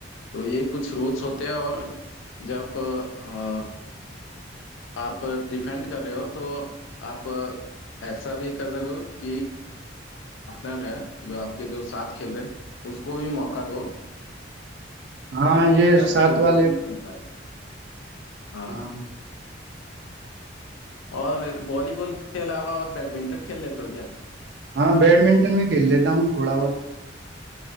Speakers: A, on the left; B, on the right.
A: तो ये कुछ रूल्स होते हैं और जब अ, आप डिफेंड कर रहे हो तो आप ऐसा भी कर रहे हो कि पार्टनर है जो आपके जो साथ खेल रहे हैं उसको भी मौका दो
B: हाँ ये
A: ताकि
B: सात वाले
A: वो भी खेल पाए हाँ
B: हाँ
A: और एक वॉलीबॉल के अलावा और बैडमिंटन खेल लेते हो क्या
B: हाँ बैडमिंटन भी खेल लेता हूँ थोड़ा बहुत